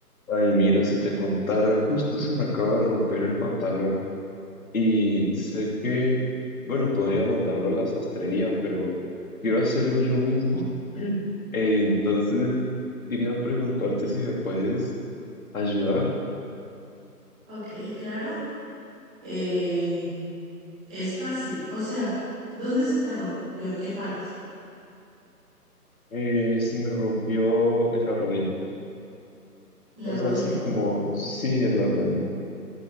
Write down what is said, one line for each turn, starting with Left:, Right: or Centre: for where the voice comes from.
Left: Ay, mira, si te contara, justo se me acaba de romper el pantalón y sé que, bueno, podría mandarlo a la sastrería, pero quiero hacerlo yo mismo. <laughs> Entonces, quería preguntarte si me puedes ayudar.
Centre: Ok, claro. Eh, es fácil. O sea, ¿dónde se te rompió? ¿En qué parte?
Left: Eh, se me rompió en la rodilla.
Centre: La
Left: O
Centre: rodilla.
Left: sea, así como, sí, en la rodilla.